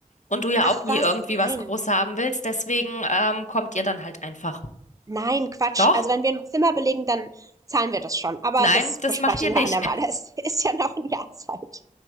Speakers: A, on the left (about 60°); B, on the right (about 25°).
A: und du ja
B: Ach
A: auch nie
B: was,
A: irgendwie
B: nein.
A: was groß haben willst, deswegen ähm, kommt ihr dann halt einfach.
B: Nein, Quatsch.
A: Doch?
B: Also wenn wir ein Zimmer belegen, dann zahlen wir das schon. Aber
A: Nein,
B: das
A: das
B: besprechen
A: macht ihr nicht.
B: wir andermal. <laughs> Es ist ja noch ein Jahr Zeit.